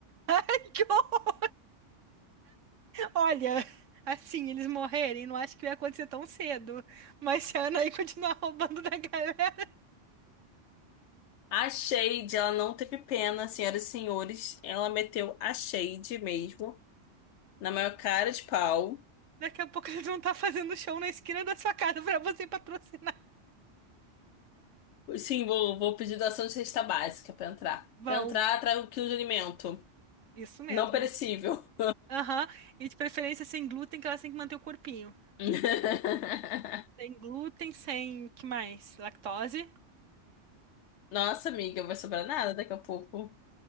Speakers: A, on the right (about 90°); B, on the left (about 70°).
A: Ai, que horror. Olha, assim, eles morrerem, não acho que vai acontecer tão cedo. Mas se a Anaí continuar <laughs> roubando da galera,
B: A Shade, ela não teve pena, senhoras e senhores. Ela meteu a Shade mesmo. Na maior cara de pau.
A: daqui a pouco eles vão estar fazendo show na esquina da sua casa pra você patrocinar.
B: Sim, vou, vou pedir doação de cesta básica pra entrar.
A: Vão,
B: Pra entrar, trago um quilo de alimento.
A: isso mesmo.
B: Não perecível.
A: Aham, E de preferência sem glúten, que elas têm que manter o corpinho.
B: <laughs>
A: Sem glúten, sem, que mais? Lactose?
B: Nossa, amiga, vai sobrar nada daqui a pouco.